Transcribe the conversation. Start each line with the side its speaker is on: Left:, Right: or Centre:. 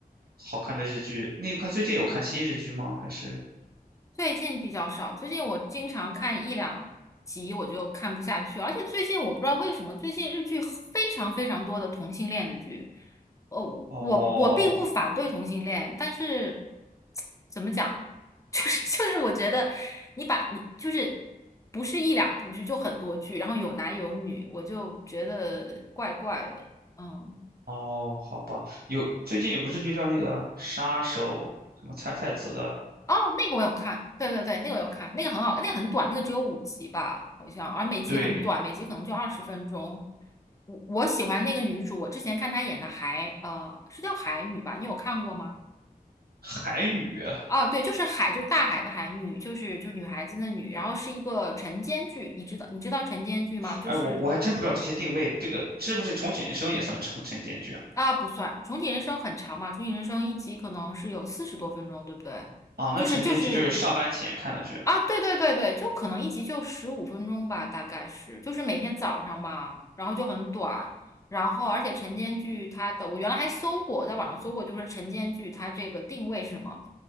Right: 好看的日剧。那有看最近有看新日剧吗？还是
Left: 最近比较少，最近我经常看一两集我就看不下去，而且最近我不知道为什么，最近日剧非常非常多的同性恋的剧。呃，
Right: 哦
Left: 我我并不反对同性恋，但是怎么讲，<laughs> 就是就是我觉得你把你就是不是一两部剧，就很多剧，然后有男有女，我就觉得怪怪的，嗯。
Right: 哦，好吧，有最近有部日剧叫那个杀手什么菜菜子的，
Left: 哦，那个我有看，对对对，那个我有看，那个很好，那个很短，那个只有五集吧，好像，而每集很短，
Right: 对，
Left: 每集可能就二十分钟。我我喜欢那个女主，我之前看她演的海，呃，是叫海女吧？你有看过吗？
Right: 海女。
Left: 哦，对，就是海，就是大海的海女，就是就是女孩子的女，然后是一个晨间剧，你知道你知道晨间剧吗？就是
Right: 哎，我我还真不知道这些定位，这个是不是重启人生也算晨晨间剧啊？
Left: 啊，不算，重启人生很长嘛，重启人生一集可能是有四十多分钟，对不对？
Right: 啊，那晨间剧就是上班前看的剧
Left: 就是就是啊，对对对对，就可能一集就十五分钟吧，大概是，就是每天早上嘛，然后就很短，然后而且晨间剧它的，我原来还搜过，在网上搜过，就是晨间剧它这个定位是什么？